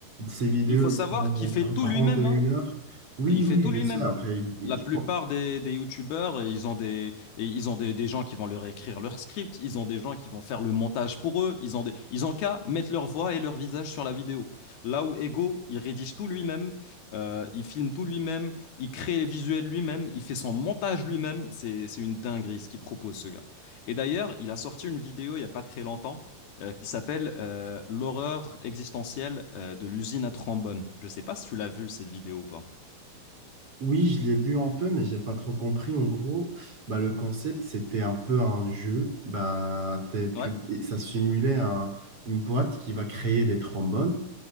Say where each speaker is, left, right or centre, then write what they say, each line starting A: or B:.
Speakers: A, on the right; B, on the left.
A: ces vidéos,
B: Il faut
A: elles
B: savoir
A: sont
B: qu'il
A: entre
B: fait tout
A: 30
B: lui-même.
A: et une
B: hein.
A: heure. Oui,
B: Il
A: oui,
B: fait tout
A: je
B: lui-même.
A: sais. Après, il- il-
B: La
A: je
B: plupart
A: pense-
B: des, des youtubeurs, ils ont des, et ils ont des, des gens qui vont leur écrire leur script, ils ont des gens qui vont faire le montage pour eux, ils ont des, ils ont qu'à mettre leur voix et leur visage sur la vidéo. Là où Ego, il rédige tout lui-même, euh, il filme tout lui-même, il crée les visuels lui-même, il fait son montage lui-même. C'est, c'est une dinguerie ce qu'il propose, ce gars. Et d'ailleurs, il a sorti une vidéo il n'y a pas très longtemps euh, qui s'appelle euh, L'horreur existentielle euh, de l'usine à trombone. Je ne sais pas si tu l'as vu cette vidéo ou pas.
A: oui, je l'ai vu un peu, mais j'ai pas trop compris. En gros, bah, le concept, c'était un peu un jeu. Bah, t'es-
B: Ouais.
A: tu, ça simulait un- une boîte qui va créer des trombones.